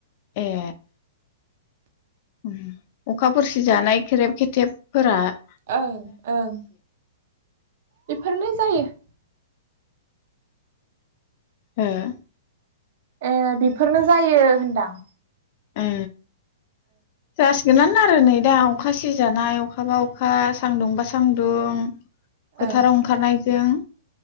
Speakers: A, on the left; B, on the right.
A: ए अखा फोरसिजानाय खेरेब खेथेबफोरा ।
B: ओं ओं । बेफोरनो जायो ।
A: हो ।
B: ए बेफोरनो जायो होनदां ।
A: ए । <unintelligible> <unintelligible> नान आरो नै दा अखा सिजानाय अखााबा अखा सान्दुं बा सान्दुं । फोथाराव
B: ओं
A: ओंखारनायजों ।